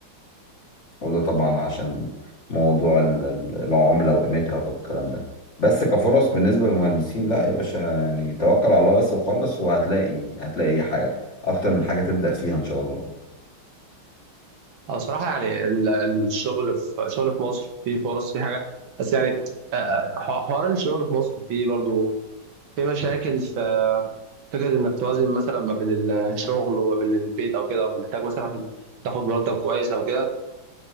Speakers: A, on the left; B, on the right.
A: وده طبعا عشان موضوع ال- ال- العملة وقيمتها والكلام ده بس كفرص بالنسبة للمهندسين لا يا باشا يعني توكل على الله بس وخلص وهتلاقي هتلاقي حاجة اكتر من حاجة تبدأ فيها ان شاء الله
B: اه صراحة يعني ال- الشغل في شغل في مصر فيه فرص فيه حاجة بس يعني آه، ح- حوار الشغل في مصر فيه برضو في مشاكل في فكرة إنك توازن مثلا ما بين الشغل وما بين البيت أو كده محتاج مثلا عشان تاخد مرتب كويس أو كده